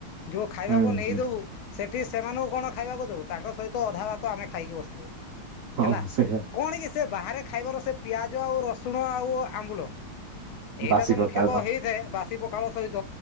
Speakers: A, on the left (about 75°); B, on the right (about 70°).
A: ଯୋଉ ଖାଇବାକୁ
B: ହୁଁ
A: ନେଇଦବୁ
B: ହୁଁ
A: ସେଠି ସେମାନଙ୍କୁ କଣ ଖାଇବାକୁ ଦବୁ ତାଙ୍କ ସହିତ ଅଧା ବା ଭାତ ଆମେ ଖାଇକି ବସିଥିବୁ
B: ହଁ
A: ହେଲା
B: ସେଇଆ
A: କଣ କି ସେ ବାହାରେ ଖାଇବାର ସେ ପିଆଜ ଆଉ ରସୁଣ ଆଉ ଆମ୍ବୁଲ ଏଇଟା
B: ବାସି
A: ତ
B: ପଖାଳ
A: ମୁଖ୍ୟତଃ ହେଇଥାଏ ବାସ ପଖାଳ ସହିତ